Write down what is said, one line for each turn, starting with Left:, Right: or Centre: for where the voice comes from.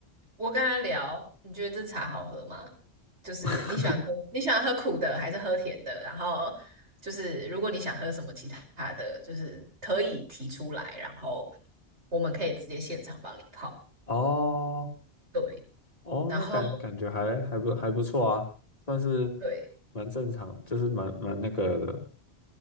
Right: 我跟他聊，你觉得这茶好喝吗？就是你喜欢喝你喜欢喝苦的还是喝甜的？
Left: <laughs>
Right: 然后就是如果你想喝什么其他的，就是可以提出来，然后我们可以直接现场帮你泡。
Left: 哦
Right: 对，
Left: 哦，
Right: 然后
Left: 那感感觉还还不还不错啊，算是
Right: 对，
Left: 蛮正常，就是蛮蛮那个的。